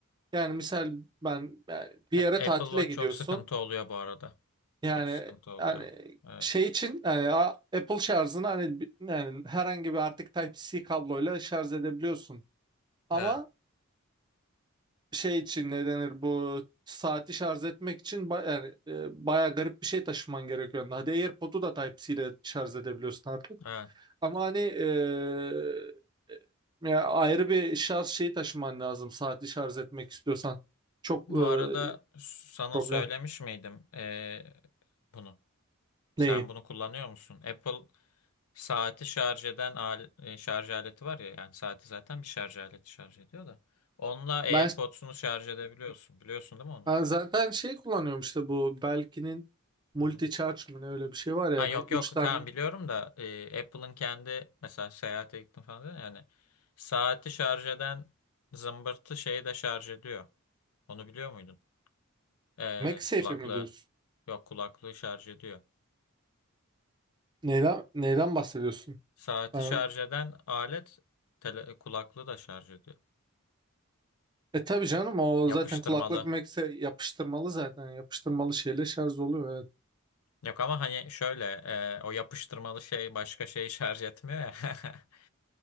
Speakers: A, on the right; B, on the left.
A: Yani misal ben yani bir
B: E,
A: yere tatile
B: Apple Watch
A: gidiyorsun.
B: çok sıkıntı oluyor bu arada. Çok
A: Yani
B: sıkıntı oluyor.
A: yani
B: Evet.
A: şey için yani a- Apple şarjını hani bi- yani herhangi bir artık Type-C kabloyla şarj edebiliyorsun. Ama
B: Evet.
A: şey için ne denir bu saati şarj etmek için ba yani e, bayağı garip bir şey taşıman gerekiyor. Hadi AirPod'u da Type-C ile şarj edebiliyorsun artık.
B: Evet.
A: Ama hani eee, ya ayrı bir şarj şeyi taşıman lazım saatli şarj etmek istiyorsan. Çok
B: Bu
A: eee,
B: arada sana
A: problem.
B: söylemiş miydim e, bunu? Sen
A: Neyi?
B: bunu kullanıyor musun? Apple saati şarj eden al- e, şarj aleti var ya yani saati zaten bir şarj aleti şarj ediyor da. Onunla AirPods'unu
A: Ben,
B: şarj edebiliyorsun. Biliyorsun değil mi onu?
A: ben zaten şey kullanıyorum işte bu Belkin'in multi
B: Hı hı.
A: charge mı ne öyle bir şey var yani.
B: Ha yok
A: Üç
B: yok
A: tane.
B: tamam biliyorum da e, Apple'ın kendi mesela seyahate gittim falan dedin ya, yani saati şarj eden zımbırtı şeyi de şarj ediyor. Onu biliyor muydun? Ee,
A: MagSafe'i
B: kulaklığı.
A: mi diyorsun?
B: Yok kulaklığı şarj ediyor.
A: Neyden, neyden bahsediyorsun?
B: Saati
A: Ben-
B: şarj eden alet tele, kulaklığı da şarj ediyor.
A: e tabii canım o
B: Yapıştırmalı.
A: zaten kulaklık MagSafe yapıştırmalı zaten. Yapıştırmalı şeyle şarj oluyor. Evet.
B: Yok ama hani şöyle e, o yapıştırmalı şey başka şeyi <laughs> şarj etmiyor ya. <laughs>